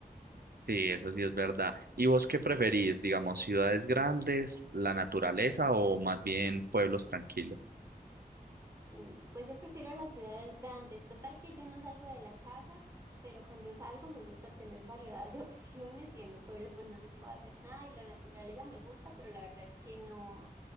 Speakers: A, on the right; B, on the right.
A: Sí, eso sí es verdad. ¿Y vos qué preferís, digamos, ciudades grandes, la naturaleza o más bien pueblos tranquilos?
B: Mm, Pues yo prefiero las ciudades grandes. Total que yo no salgo de la casa, pero cuando salgo me gusta tener variedad de <laughs> opciones y en el pueblo pues no se puede hacer nada y la naturaleza me gusta, pero la verdad es que no,